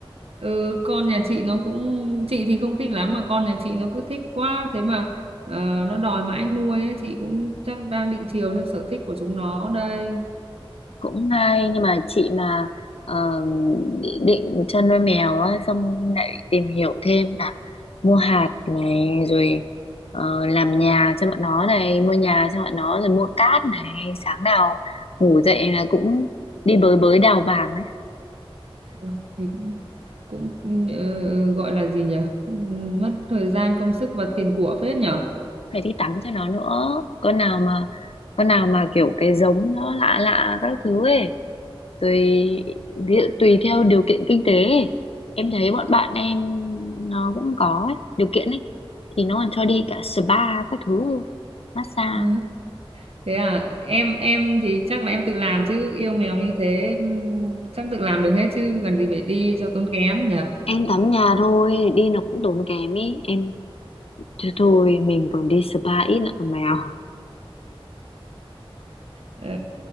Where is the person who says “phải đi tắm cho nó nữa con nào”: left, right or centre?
Left